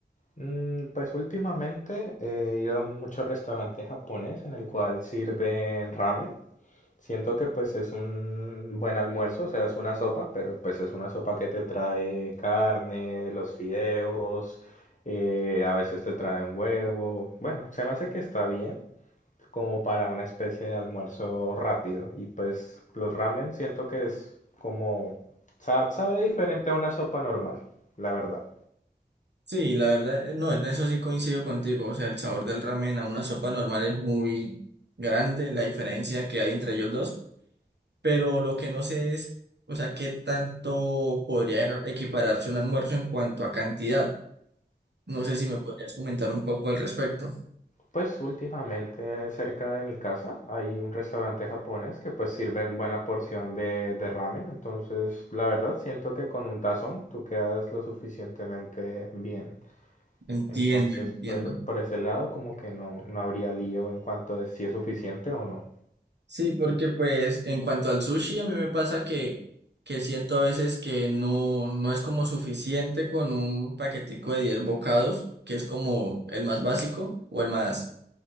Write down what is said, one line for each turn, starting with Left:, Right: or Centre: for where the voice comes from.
Left: Mm, Pues últimamente he ido a muchos restaurantes japonés en el cual sirven ramen. Siento que pues es un buen almuerzo, o sea, es una sopa, pero pues es una sopa que te trae carne, los fideos, eh, a veces te trae un huevo. Bueno, se me hace que está bien como para una especie de almuerzo rápido. Y pues los ramen siento que es como, sa- sabe diferente a una sopa normal, la verdad.
Right: Sí, la verdad, eh, no, en eso sí coincido contigo. O sea, el sabor del ramen a una sopa normal es muy grande, la diferencia que hay entre ellos dos. Pero lo que no sé es, o sea, qué tanto podría equipararse un almuerzo en cuanto a cantidad. No sé si me podrías comentar un poco al respecto.
Left: Pues últimamente cerca de mi casa hay un restaurante japonés que pues sirven buena porción de, de ramen, entonces la verdad siento que con un tazón tú quedas lo suficientemente bien.
Right: Entiendo,
Left: Entonces
Right: entiendo.
Left: pero por ese lado como que no, no habría lío en cuanto a si es suficiente o no.
Right: Sí, porque pues en cuanto al sushi, a mí me pasa que, que siento a veces que no, no es como suficiente con un paquetico de 10 bocados, que es como el más básico o el más